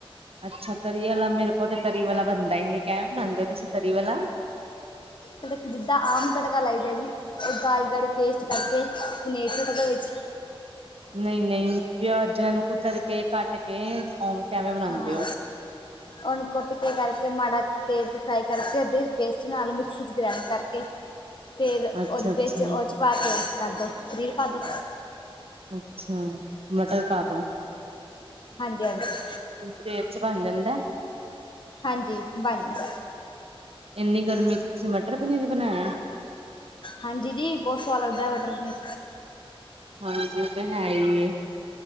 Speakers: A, on the right; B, on the left.
A: ਅੱਛਾ, ਤਰੀ ਵਾਲਾ, ਮੇਰੇ ਕੋਲ ਤੇ ਤਰੀ ਵਾਲਾ ਬਣਦਾ ਹੀ ਨਹੀਂ, ਕੈਂਵੇ ਬਣਾਉਂਦੇ ਉ ਤੁਸੀਂ ਤਰੀ ਵਾਲਾ।
B: ਤੜਕ, ਜਿੱਦਾਂ ਆਮ ਤੜਕਾ ਲਾਈਦਾ ਜੀ। ਉਹ ਗਾੜੀ ਗਾੜੀ ਪੇਸਟ ਕਰਕੇ, ਪਨੀਰ ਸੁਟ ਦੋ ਵਿੱਚ।
A: ਨਈ-ਨਈ, ਪਿਆਜਾਂ ਨੂੰ ਕੁਤਰ ਕੇ ਕੱਟ ਕੇ ਕਿਵੇਂ ਬਣਾਉਂਦੇ
B: ਹਾਂ,
A: ਹੋ
B: ਉਹ ਨੂੰ ਕੁਟ ਕੇ ਕਰਕੇ ਮਾੜਾ ਤੇਲ ਚ ਫਰਾਈ ਕਰਕੇ, ਉਧੇ ਪੇਸਟ ਬਨਾਲੋ ਮਿਕਸੀ ਚ ਗਰਾਈਂਡ ਕਰਕੇ। ਫਿਰ
A: ਅੱਛਾ
B: ਉਹੀ
A: ਅੱਛਾ
B: ਪੇਸਟ ਉਦੇ 'ਚ ਪਾ ਕੇ ਕਰਦੋ, ਪਨੀਰ ਪਾ ਦੋ।
A: ਅੱਛਾ, ਮਟਰ ਪਾ ਦੋ।
B: ਹਾਂਜੀ-ਹਾਂਜੀ
A: ਕਿੰਨੀ ਦੇਰ ਚ ਬਣ ਜਾਂਦਾਂ ਐ।
B: ਹਾਂਜੀ ਬਣ ਜਾਂਦਾ
A: ਇੰਨੀ ਗਰਮੀ ਚ ਤੁਸੀਂ ਮਟਰ ਪਨੀਰ ਬਣਾਇਆ।
B: ਹਾਂਜੀ ਜੀ ਜੀ, ਬਹੁਤ ਸਵਾਦ ਲੱਗਦਾ ਮਟਰ ਪਨੀਰ।
A: ਹਾਂਜੀ ਉ ਤੇ ਹੈ ਈ ਏ,